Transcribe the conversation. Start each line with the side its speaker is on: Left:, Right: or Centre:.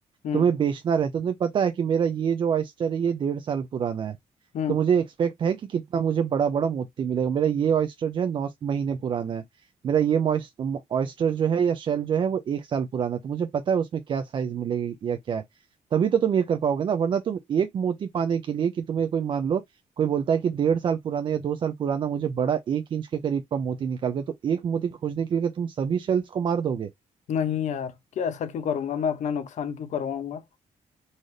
Left: हम्म
Right: तुम्हें बेचना रहे तो तुम्हें पता है कि मेरा ये जो ऑयस्टर है ये डेढ़ साल पुराना है
Left: हम्म
Right: तो मुझे एक्सपेक्ट है कि कितना मुझे बड़ा बड़ा मोती मिलेगा मेरा ये ऑयस्टर जो है नौ महीने पुराना है मेरा ये ऑयस्टर जो है या शेल जो है वो एक साल पुराना है तो मुझे पता है उसमें क्या साइज मिलेगी या क्या है तभी तो तुम ये कर पाओगे ना वरना तुम एक मोती पाने के लिए कि तुम्हें कोई मान लो कोई बोलता है कि डेढ़ साल पुराना या दो साल पुराना मुझे बड़ा एक इंच के करीब का मोती निकाल के तो एक मोती खोजने के लिए तुम सभी शेल्स को मार दोगे
Left: नहीं यार क्या ऐसा क्यों करूंगा मैं अपना नुकसान क्यों करवाऊंगा